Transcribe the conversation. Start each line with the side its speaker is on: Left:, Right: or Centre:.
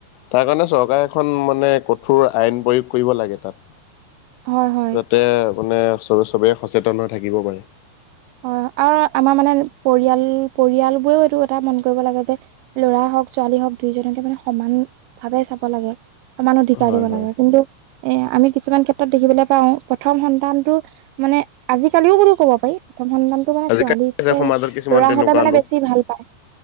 Left: তাৰ কাৰণে চৰকাৰে এখন মানে ক কঠোৰ আইন প্ৰয়োগ কৰিব লাগে তাত,
Right: হয় হয়
Left: যাতে মানে চব চবেই সচেতন হৈ থাকিব পাৰে।
Right: হয় আৰু আমাৰ মানে পৰিয়াল পৰিয়াল বোৰেও এইটো কথা মন কৰিব লাগে যে ল'ৰা হওঁক ছোৱালী হওঁক দুইজনকে মানে সমান ভাৱে চাব লাগে সমান অধিকাৰ
Left: হয়
Right: দিব
Left: হয়
Right: লাগে কিন্তু এ আমি কিছুমান ক্ষেত্ৰত দেখিবলৈ পাও প্ৰথম সন্তানটো মানে আজিকালিও বোলো কব পাৰি। প্ৰথম সন্তামটো মানে
Left: আজিকালি
Right: ছোৱালীতকে
Left: আছে সমাজত কিছুমান
Right: ল'ৰা
Left: তেনেকুৱা
Right: হলে মানে
Left: লোক
Right: বেছি ভাল পায়।